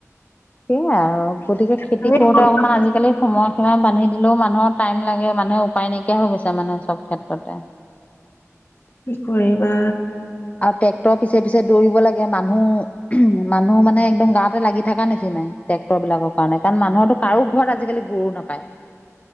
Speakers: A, on the left; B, on the left.
A: সেইয়াই আৰু গতিকে খেতি
B: তুমি
A: কৰোঁতে
B: বনোৱা
A: অকমান আজিকালি সময় সীমা বান্ধি দিলেও মানুহৰ টাইম লাগে মানুহৰ উপায় নাইকিয়া হৈ গৈছে মানে চব ক্ষেত্ৰতে। <inaudible>
B: কি কৰিবা।
A: আও ট্ৰেক্টৰ পিছে পিছে দৌৰিব লাগে মানুহ উ মানুহ মানে একদম গাতে লাগি থকা নিচ নিচিনাই নাই ট্ৰেক্টৰ বিলাকৰ কাৰণে মানুহৰ তো কাৰো ঘৰত আজিকালি গৰু নাপায়।